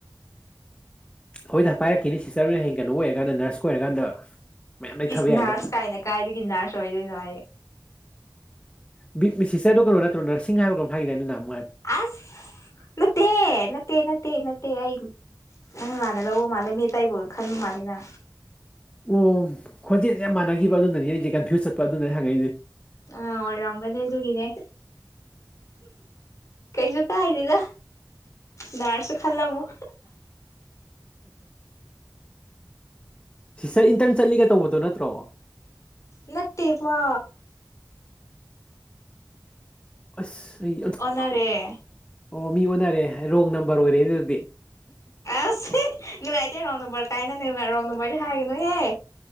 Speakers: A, on the left (about 15°); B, on the left (about 45°).
A: ꯍꯣꯏꯗ ꯄꯥꯏꯔꯛꯈꯤꯅꯤ ꯁꯤꯁꯇꯔꯅ ꯍꯌꯦꯡ ꯀꯩꯅꯣ ꯑꯣꯏꯔꯀꯥꯟꯗ ꯅꯔꯁꯀ ꯑꯣꯏꯔꯀꯥꯟꯗ ꯃꯌꯥꯝ ꯂꯩꯊꯕ
B: ꯏꯁ ꯅꯅꯥꯔꯁ
A: ꯌꯥꯏꯗ
B: ꯀꯥꯏꯅ ꯀꯥꯏꯗꯒꯤ ꯅꯍꯔꯁ ꯑꯣꯏꯗꯣꯏꯅꯣ ꯍꯥꯏ
A: ꯃꯤ ꯁꯤꯁꯇꯔꯗ ꯀꯩꯅꯣ ꯅꯠꯇ꯭ꯔꯣ ꯅꯔꯁꯤꯡ ꯍꯥꯏꯕ ꯀꯣꯝ ꯍꯥꯏꯒꯗꯅꯩꯅ ꯅꯝ
B: ꯑꯁ ꯅꯠꯇꯦ ꯅꯠꯇꯦ ꯅꯠꯇꯦ ꯅꯠꯇꯦ ꯗ ꯑꯩ ꯅꯪ ꯂꯅ ꯂꯧꯑꯣ ꯃꯥꯂꯦ ꯃꯦ ꯇꯥꯏꯕꯨ ꯈꯟ ꯃꯥꯂꯅ
A: ꯑꯣ ꯈꯣꯟꯖꯦꯜꯁꯦ ꯌꯥꯝ ꯃꯥꯟꯅꯈꯤꯕ ꯑꯗꯨꯅꯅꯤ ꯑꯩꯁꯦ ꯀꯟꯐ꯭ꯌꯨꯁ ꯆꯠꯄ ꯑꯗꯨꯅꯅꯦ ꯍꯪꯉꯛꯏꯁꯦ
B: ꯑ ꯑꯣꯔꯝꯒꯗꯗꯨꯒꯅꯦꯦ ꯀꯩꯁꯨ ꯀ ꯍꯥꯏꯗꯗ ꯅꯔꯁꯨ ꯈꯜꯂꯝ ꯑꯃ
A: ꯁꯤꯁꯇꯔ ꯏꯟꯇꯔꯟ ꯆꯠꯂꯤꯒ ꯇꯧꯕꯗꯣ ꯅꯠꯇ꯭ꯔꯣ
B: ꯅꯠꯇꯦ ꯋꯥ
A: ꯑꯁ ꯑꯩ
B: ꯑꯣꯟꯅꯔꯦ
A: ꯑꯣ ꯃꯤ ꯑꯣꯟꯅꯔꯦ ꯔꯣꯡ ꯅꯝꯕꯔ ꯑꯣꯏꯔꯦ ꯑꯗꯨꯗꯤ
B: ꯑꯁ ꯅꯨꯡꯉꯥꯏꯇꯦ ꯔꯣꯡ ꯅꯨꯝꯕꯔ ꯀꯥꯏꯅ ꯔꯣꯡ ꯅꯨꯝꯕꯔꯗꯤ ꯍꯥꯏꯒꯅꯨꯍꯦ